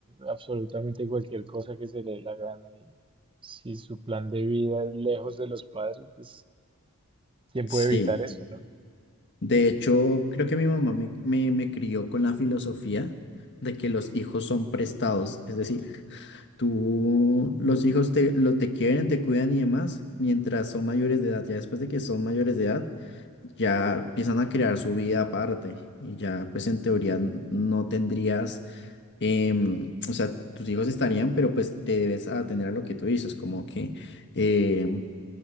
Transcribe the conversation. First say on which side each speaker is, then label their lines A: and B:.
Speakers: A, on the right (about 25°); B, on the left (about 55°).
A: absolutamente cualquier cosa que se le dé la gana. Y si su plan de vida es lejos de los padres, pues ¿quién
B: Sí.
A: puede evitar eso, no?
B: De hecho, creo que mi mamá me, me, me crió con la filosofía de que los hijos son prestados. Es decir, tú, los hijos te, lo, te quieren, te cuidan y demás, mientras son mayores de edad. Ya después de que son mayores de edad, ya empiezan a crear su vida aparte y ya pues en teoría n- no tendrías, em, o sea, tus hijos estarían, pero pues te debes atener a lo que tú dices, como que em,